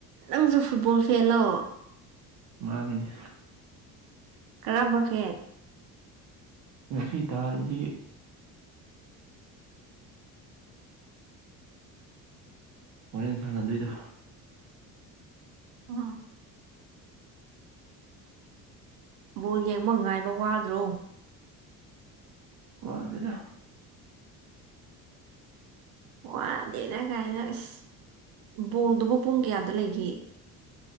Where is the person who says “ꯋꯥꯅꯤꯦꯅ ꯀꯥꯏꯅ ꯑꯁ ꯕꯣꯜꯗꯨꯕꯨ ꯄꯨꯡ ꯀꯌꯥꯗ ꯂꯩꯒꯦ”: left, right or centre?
Right